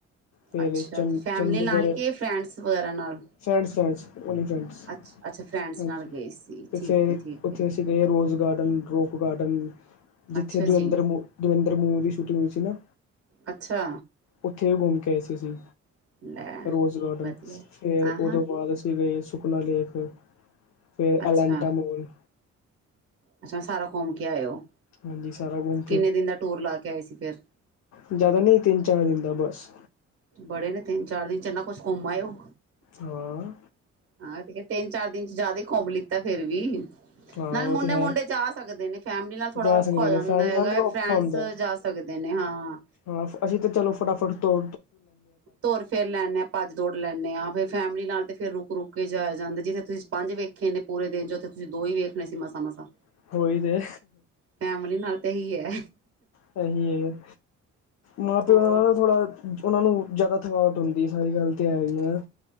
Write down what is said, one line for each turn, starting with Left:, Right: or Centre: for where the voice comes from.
Left: ਫਿਰ
Right: ਅੱਛਾ
Left: ਚੰ
Right: ਫੈਮਿਲੀ
Left: ਚੰਡੀਗੜ੍ਹ
Right: ਨਾਲ, ਕਿ ਫਰੈਂਡਸ ਵਗੈਰਾ ਨਾਲ?
Left: ਫਰੈਂਡਸ ਫਰੈਂਡਸ ਓਨਲੀ ਫਰੈਂਡਸ,
Right: ਅੱਛਾ ਅੱਛਾ ਫਰੈਂਡਸ
Left: ਹਾਂਜੀ,
Right: ਨਾਲ ਗਏ ਸੀ
Left: ਤੇ
Right: ਠੀਕ
Left: ਫੇਰ
Right: ਹੈ ਠੀਕ
Left: ਉੱਥੇ
Right: ਹੈ
Left: ਅਸੀਂ ਗਏ ਰੋਜ਼ਗਾਰਡ ਰੋਪ ਗਾਰਡਨ ਜਿੱਥੇ
Right: ਅੱਛਾ
Left: ਧੁਰਿੰਦਰ
Right: ਜੀ
Left: ਮੂਵੀ ਤੁਰਿੰਦਰਬਮੂਵੀ ਦੀ ਸ਼ੂਟਿੰਗ ਹੋਈ ਸੀ ਨਾ।
Right: ਅੱਛਾ
Left: ਉੱਥੇ ਵੀ ਘੁੰਮ ਕੇ ਆਏ ਸੀ ਅਸੀ।
Right: ਲੈ
Left: ਰੋਜ਼ ਗਾਰਡਨ,
Right: ਵਧੀਆ
Left: ਫੇਰ
Right: ਆਹਾਂ
Left: ਓਦੋਂ ਬਾਅਦ ਅਸੀਂ ਗਏ ਸੁਕਨਾ ਲੇਖ, ਫੇਰ
Right: ਅੱਛਾ
Left: ਐਲੈਂਟਾਮੋਲ।
Right: ਅੱਛਾ, ਸਾਰਾ ਘੁੰਮ ਕੇ ਆਇ ਓ
Left: ਹਾਂਜੀ ਸਾਰਾ ਘੁੰਮ
Right: ਕਿੰਨੇ ਦਿਨ ਦਾ ਟੂਰ ਲਾ ਕੇ ਆਏ ਸੀ ਫਿਰ?
Left: ਜਿਆਦਾ ਨਹੀਂ, ਤਿੰਨ- ਚਾਰ ਦਿਨ ਦਾ ਬਸ।
Right: ਬੜੇ ਨੇ ਤਿੰਨ ਚਾਰ- ਦਿਨ ਚ ਇਹਨਾ ਕੁਛ ਘੁੰਮ ਆਏ ਓ।
Left: ਹਾਂ।
Right: ਹਾਂ ਤੇ ਤਿੰਨ- ਚਾਰ ਦਿਨ ਚ ਜ਼ਿਆਦਾ ਹੀ ਘੁੰਮ ਲਿੱਤਾ ਫੇਰ ਵੀ।
Left: ਹਾਂ
Right: ਨਾਲ
Left: ਉਹ
Right: ਮੁੰਡੇ-
Left: ਤੇ ਹੈ
Right: ਮੁੰਡੇ ਜਾ ਸਕਦੇ ਨੇ, ਫੈਮਿਲੀ ਨਾਲ ਥੋੜਾ
Left: ਜਾ ਸਕਦੇ
Right: ਔਖਾ ਹੋ
Left: ਨੇ
Right: ਜਾਂਦਾ
Left: ਫੈਮਲੀ
Right: ਹੈਗ।
Left: ਨਾਲ ਥੋੜਾ ਔਖਾ
Right: ਫਰੈਂਡਸ
Left: ਹੁੰਦਾ
Right: ਜਾ ਸਕਦੇ ਦੇ, ਨੇ ਹਾਂ
Left: ਹਾਂ ਅਸੀਂ ਤਾਂ ਚਲੋ ਫਟਾਫਟ ਤੋ
Right: ਤੁਰ- ਫੇਰ ਲੈਂਦੇ ਆਾਂ। ਭੱਜ -ਦੌੜ ਲੈਂਦੇ ਆਾਂ, ਫੇਰ ਫੈਮਿਲੀ ਨਾਲ ਤੇ ਫੇਰ ਰੁਕ ਕੇ ਜਾਇਆ ਜਾਂਦਾ, ਜਿੱਥੇ ਤੁਸੀਂ ਪੰਜ ਵੇਖੇ ਨੇ ਪੂਰੇ ਦਿਨ ਚ, ਉੱਥੇ ਤੁਸੀਂ ਦੋ ਹੀ ਵੇਖਣੇ ਸੀ ਮਸਾਂ- ਮਸਾਂ।
Left: ਹਾਂ ਉਹੀ ਤੇ
Right: ਫੈਮਲੀ ਨਾਲ ਤਾਂ ਏਹੀ ਹੈ।
Left: ਸਹੀ ਹੈ। ਮਾਂ-ਪਿਓ
Right: ਹੋਰ।
Left: ਦਾ ਨਾ ਥੋੜਾ ਉਹਨਾਂ- ਨੂੰ ਜ਼ਿਆਦਾ ਥਕਾਵਟ ਹੁੰਦੀ ਹੈ। ਸਾਰੀ ਗੱਲ ਤਾਂ ਹੈਗੀ ਐ